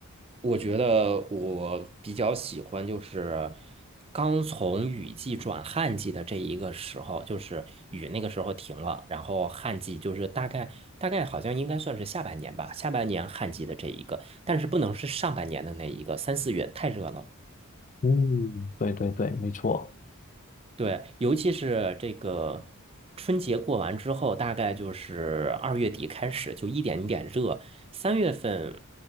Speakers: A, on the right (about 25°); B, on the left (about 35°).
A: 我觉得我比较喜欢就是刚从雨季转旱季的这一个时候，就是雨那个时候停了，然后旱季就是大概大概好像应该算是下半年吧，下半年旱季的这一个，但是不能是上半年的那一个，三四月太热了。
B: 嗯，对对对，没错。
A: 对，尤其是这个春节过完之后，大概就是二月底开始就一点一点热。三月份，